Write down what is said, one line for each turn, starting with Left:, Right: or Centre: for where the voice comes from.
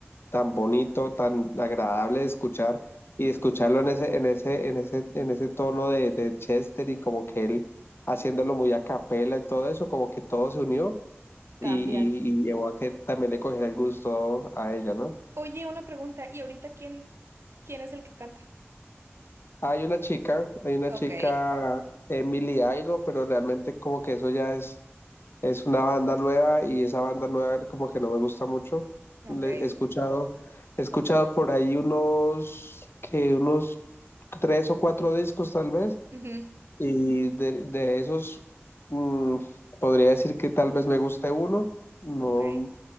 Left: tan bonito, tan agradable de escuchar y escucharlo en ese, en ese, en ese, en ese tono de, de Chester y como que él haciéndolo muy a capela y todo eso, como que todo se unió
Right: cambia.
Left: y, y, y llevó a que también le cogiera el gusto a ella, ¿no?
Right: Oye, una pregunta, ¿y ahorita quién, quién es el que canta?
Left: Hay una chica, hay una
Right: Ok,
Left: chica, Emily algo, pero realmente como que eso ya es, es una banda nueva y esa banda nueva como que no me gusta mucho.
Right: ok,
Left: Le- he escuchado, he escuchado por ahí unos, que unos tres o cuatro discos tal vez,
Right: ujú,
Left: y de, de esos mm, podría decir que tal vez me guste uno. No,
Right: ok.